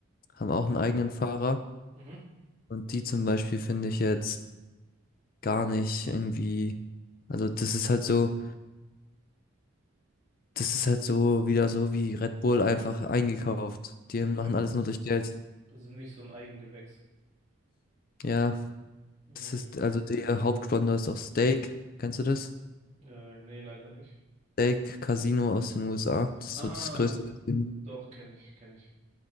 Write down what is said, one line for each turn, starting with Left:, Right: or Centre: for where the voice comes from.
Left: haben auch einen eigenen Fahrer.
Right: Mhm.
Left: Und die zum Beispiel finde ich jetzt gar nicht irgendwie, also das ist halt so Das ist halt so wieder so wie Red Bull einfach eingekauft. Die
Right: Okay.
Left: machen alles nur durch Geld.
Right: Das sind nicht so ein Eigengewächs.
Left: Ja,
Right: Hm.
Left: das ist also der Hauptsponsor ist auch Stake. Kennst du das?
Right: Äh, nee, leider nicht.
Left: Stake Casino aus den USA. Das ist
Right: Ah,
Left: so das größte Casino.
Right: doch, kenne ich, kenne ich.